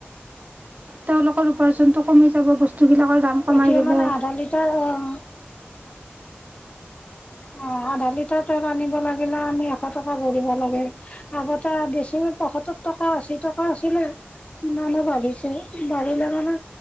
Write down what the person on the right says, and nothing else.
তেওঁলোকৰ উপাৰ্জনটো কমি যাব বস্তুবিলাকৰ কমাই
দিলে।